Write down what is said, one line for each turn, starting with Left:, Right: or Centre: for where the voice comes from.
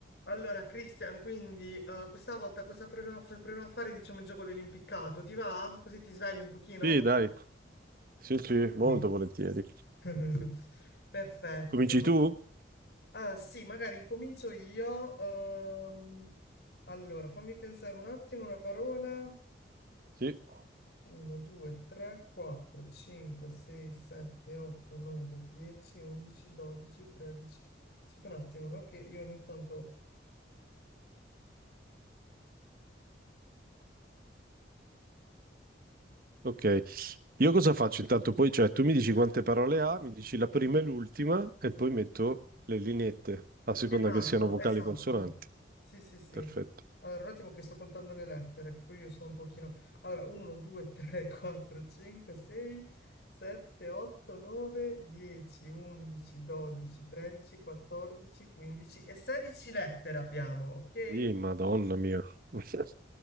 Left: Allora, Christian, quindi eh, questa volta cosa proviamo a, fa- proviamo a fare, diciamo, il gioco dell'impiccato? Ti va? Così ti svegli un pochino?
Right: Sì, dai, sì, sì, molto
Left: Sì.
Right: volentieri.
Left: <laughs> Perfetto.
Right: Cominci tu?
Left: Ah, sì, magari incomincio io. ehm, allora, fammi pensare un attimo una parola.
Right: Sì,
Left: 1, 2, 3, 4, 5, 6, 7, 8, 9, 10, 11, 12, 13. Aspetta un attimo, no? Che io ogni tanto...
Right: ok. Io cosa faccio intanto? Poi, cioè, tu mi dici quante parole ha, mi dici la prima e l'ultima e poi metto le lineette, a seconda
Left: Esatto,
Right: che siano vocali
Left: esatto.
Right: consonanti.
Left: Sì, sì, sì.
Right: Perfetto.
Left: Allora, un attimo che sto contando le lettere, che pure io sto un pochino. Allora, 1, 2, 3, 4, 5, 6, 7, 8, 9, 10, 11, 12, 13, 14, 15 <laughs> e 16 lettere abbiamo, ok? Eh,
Right: Sì, madonna mia. <laughs>